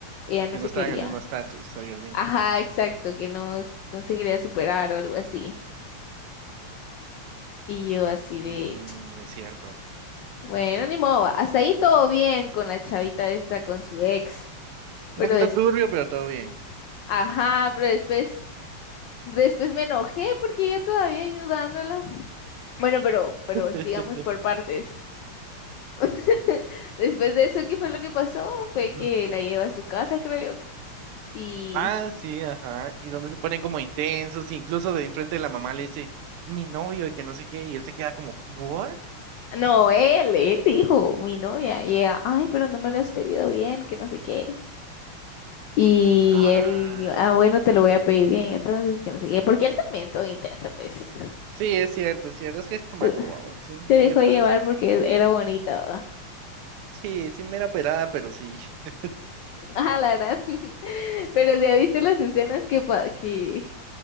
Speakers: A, on the left; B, on the right.
A: ella
B: de
A: no
B: que no
A: se
B: estaban
A: quería,
B: en el mismo estatus, algo así.
A: ajá, exacto, que no, no se quería superar o algo así. Y yo así
B: Ujú,
A: de,
B: es cierto.
A: bueno, ni modo, va. hasta ahí todo bien con la chavita
B: Mm,
A: esta, con su ex, pero
B: Un poquito
A: des,
B: turbio, pero todo bien.
A: ajá, pero después, después me enojé porque yo todavía ayudándola. Bueno, pero, pero
B: <clears throat>
A: sigamos por partes. <laughs> Después de eso, ¿qué fue lo que pasó? Fue
B: <laughs>
A: que la llevó a su casa, creo yo, que- y
B: Ah, sí, ajá. Y donde se ponen como intensos, y incluso de enfrente de la mamá le dice, mi novio, y que no sé qué, y él se queda como, ¿what?
A: no, él, él dijo, mi novia, y ella, ay, pero no me lo has pedido bien, que no sé qué. Y
B: Ah.
A: él, ah, bueno, te lo voy a pedir bien, entonces, que no sé qué, porque él también todo intenso, pues,
B: Sí, es cierto, es cierto, es que es chamaco,
A: <laughs>
B: guau, sí,
A: se dejó
B: sí le pasa.
A: llevar
B: güey.
A: porque era bonito, ¿no? <laughs>
B: Sí, sí, mera operada, pero sí. <laughs>
A: ah, la verdad, <laughs> pero ya viste las escenas que, pa- que,